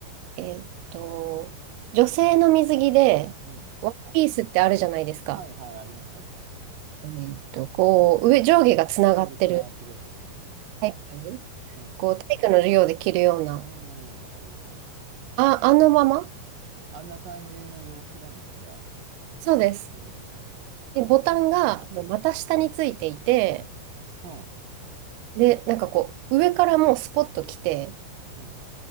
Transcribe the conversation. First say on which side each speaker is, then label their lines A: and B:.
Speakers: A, on the right; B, on the right.
A: えっと、女性の水着で、
B: うん。
A: ワンピースってあるじゃないですか。
B: はいはい、あります、あります。
A: えっと、こう、上、上下がつながってる
B: 上下つながってるやつね。うん。
A: タイプ、
B: うん。
A: こう、体育の授業で着るような、
B: うん、うん、わかるわかる。
A: あ、あのまま
B: あんな感じの洋服なのね、じゃあ。
A: そうです。
B: へえー、
A: で、ボタンが、
B: か。
A: あの股下についていて、
B: うん。
A: で、なんかこう、上からもうスポッと来て、
B: うん。